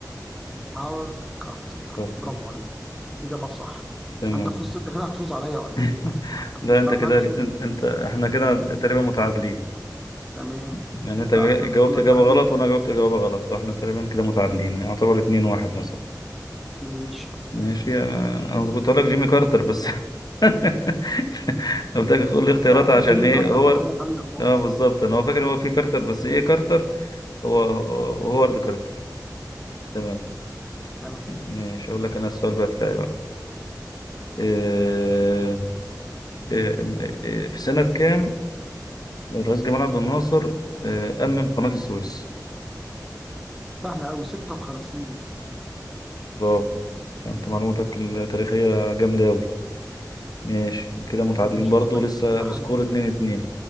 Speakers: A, in the centre; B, on the left (about 65°).
A: هاورد كارتر
B: كارتر
A: برافو عليك إجابة صح
B: تمام
A: أنت فزت أنت كده هتفوز عليا ولا
B: <laughs>
A: إيه؟
B: لا
A: أنت
B: انت
A: عارف
B: كده
A: هنشوف
B: انت, انت احنا كده تقريبا متعادلين
A: تمام
B: يعني انت
A: لا
B: جا-
A: إحنا ندخل
B: جاوبت
A: لك
B: اجابه
A: بقى
B: غلط
A: مي-
B: وانا جاوبت اجابه غلط فاحنا تقريبا كده متعادلين يعتبر اتنين واحد مثلا
A: ماشي
B: ماشي آه، انا كنت هقول لك جيمي كارتر بس <laughs> قلت لك قول لي اختيارات
A: لا
B: عشان
A: جيمي
B: ايه
A: كارتر
B: هو
A: ده حاجة تانية خالص
B: اه بالظبط انا هو فاكر ان هو في كارتر بس ايه كارتر هو هو- هوارد كارتر تمام
A: تمام
B: ماشي اقول لك انا السؤال بقى بتاعي بقى إيه إيه إيه في سنة كام الرئيس جمال عبد الناصر إيه أمم قناة السويس
A: سهلة أوي 56
B: برافو انت معلوماتك التاريخية جامدة أوي ماشي كده متعادلين
A: ماشي
B: برضه
A: كويس
B: لسه
A: إلى
B: السكور
A: حد ما
B: اتنين اتنين